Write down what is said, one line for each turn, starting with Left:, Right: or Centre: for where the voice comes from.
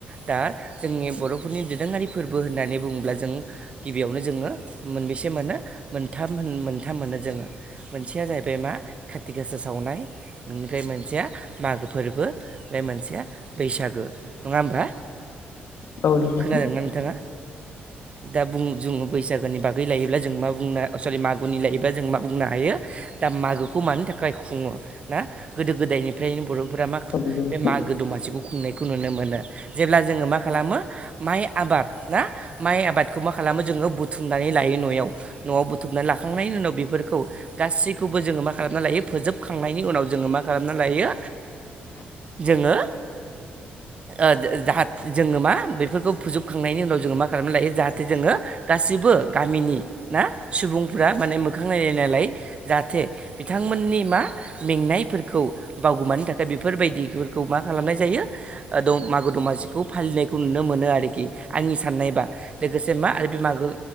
Right: दा जोंनि बर'फोरनि दोरोङारि फोरबो होननानै बुङोब्ला जों गिबियावनो जोङो मोनबेसे मोनो? मोनथाम होन मोनथाम मोनो जोङो। मोनसेया जाहैबाय मा? काथि गासा सावनाय बेनिफ्राय मोनसेया मागो फोरबो ओमफ्राय मोनसेया बैसागो। नङा होमबा?
Left: औ नंगौ नोंथां
Right: खोनादों ना नोंथाङा। दा बुं जोङो बैसागोनि बागै लायोब्ला जों मा बुंनो सरि मागुनि लायोब्ला जों मा बुंनो हायो दा मागोखौ मानि थाखाय खुङो ना गोदो गोदायनिफ्रायनो बर' फोरा मा
Left: औ नंगौ नोंथां
Right: बे मागो दमासिखौ खुंनायखौ नुनो मोनो। जेब्ला जोङो मा खालामो? माइ आबाद ना? माइ आबादखौ मा खालामो जोङो? बुथुमनानै लायो न'याव। न'आव बुथुमनानै लाखांनायनि उनाव बेफोर खौ गासैखौबो जोङो मा खालामना लायो फोजोब खांनायनि उनाव जोङो मा खालामना लायो? जोङोे ओ जा जोङो मा बेफोरखौ फोजोबखांनायनि उनाव जोङो मा खालामना लायो जाहाथे जोङो गाससिबो गामिनि ना सुबुंफोरा माने मोखां नायलाय नायलाय जाहाथे बिथांमोननि मा मेंनायफोरखौ बावगुमानो थाखाय बेफोरबायदिफोरखौ मा खालामनाय जायो ओ द मागो दमासिखौ फालिनायखौ नुनो मोनो आरोखि। आंनि साननायबा। लोगोसे मा? आरो बे मागो